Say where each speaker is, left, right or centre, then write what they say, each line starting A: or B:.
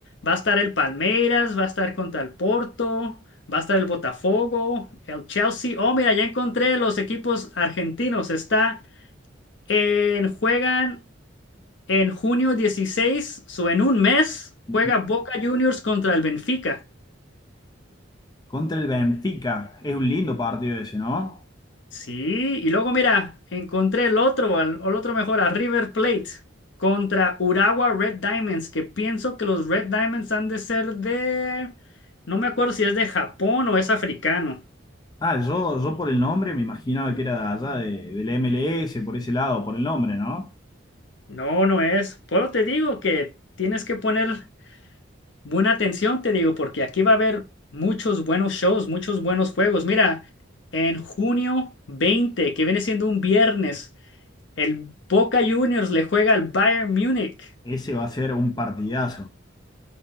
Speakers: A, on the left (about 65°); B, on the left (about 20°).
A: va a estar el Palmeiras, va a estar contra el Porto, va a estar el Botafogo, el Chelsea. Oh, mira, ya encontré los equipos argentinos. Está en, juegan en junio 16, o en un mes,
B: Ujú.
A: juega Boca Juniors contra el Benfica.
B: Contra el Benfica. Es un lindo partido ese, ¿no?
A: Sí, y luego mira, encontré el otro, al- el, otro mejor, a River Plate contra Urawa Red Diamonds, que pienso que los Red Diamonds han de ser de... No me acuerdo si es de Japón o es africano.
B: Ah, yo, yo por el nombre me imaginaba que era de allá, de, del MLS, por ese lado, por el nombre, ¿no?
A: No, no es. Pero te digo que tienes que poner buena atención, te digo, porque aquí va a haber muchos buenos shows, muchos buenos juegos. Mira, en junio 20, que viene siendo un viernes, el Boca Juniors le juega al Bayern Múnich.
B: Ese va a ser un partidazo.